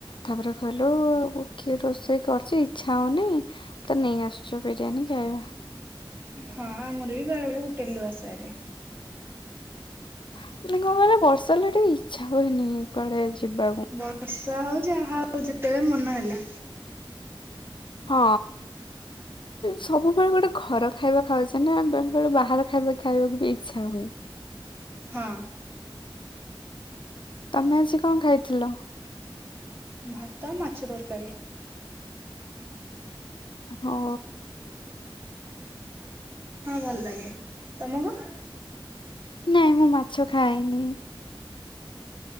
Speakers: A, on the left; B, on the right.
A: ତାପରେ କହିଲୁ କିଏ ରୋଷେଇ କର ଚି ଇଚ୍ଛା ହଉନି ତ ନେଇ ଆସୁଚି ବିରିୟାନୀ ଖାଇବା।
B: ହଁ ଆମର ବି ବେଳେ ବେଳେ ହୋଟେଲ ରୁ ଆସେ ହାରି।
A: ମେ କଣ କହିଲ ବର୍ଷା ହେଲା ଟିକେ ଇଚ୍ଛା ହୁଏନି କୁଆଡେ ଯିବାକୁ।
B: ବର୍ଷା ହଉ ଜାହା ହଉ ଯେତେବେଳେ ମନ ହେଲା
A: ହଁ। ସବୁବେଳେ ଗୋଟେ ଘର ଖାଇବା ଖାଉଚେ ନା ବେଳେ ବେଳେ ବାହାର ଖାଇବା ଖାଇବାକୁ ବି ଇଚ୍ଛା ହୁଏ।
B: ହଁ।
A: ତମେ ଆଜି କଣ ଖାଇଥିଲ?
B: ଭାତ ମାଛ ତରକାରୀ।
A: ହୋ
B: ହଁ ଭଲ ଲାଗେ। ତମକୁ?
A: ନାଇଁ ମୁଁ ମାଛ ଖାଏନି।